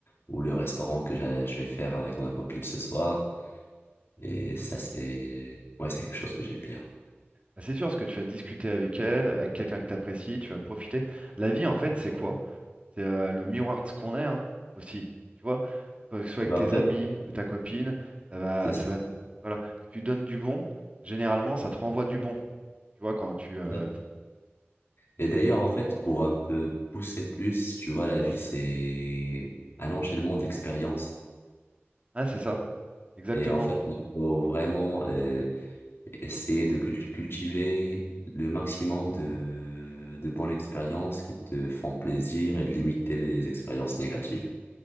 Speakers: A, on the left; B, on the right.
A: ou le restaurant que j'a- je vais faire avec ma copine ce soir. Et ça, c'est, ouais, c'est quelque chose que j'aime bien.
B: Bah, C'est sûr, ce que tu vas discuter avec elle, avec quelqu'un que tu apprécies, tu vas profiter. La vie, en fait, c'est quoi? C'est euh, le miroir de ce qu'on est hein, aussi. Tu vois, que ce soit avec
A: Bah,
B: tes
A: en
B: amis
A: fait,
B: ou ta copine, ça va,
A: c'est ça.
B: ça va, voilà, que tu donnes du bon, généralement, ça te renvoie du bon. Tu vois, quand tu, euh,
A: c'est ça. Et d'ailleurs, en fait, pour un peu pousser plus, tu vois, la vie, c'est un enchaînement d'expériences.
B: ah, c'est ça, exactement.
A: Et en fait, il faut vraiment, euh, essayer de cult- cultiver le maximum de, de bonnes expériences qui te font plaisir et de limiter les expériences négatives.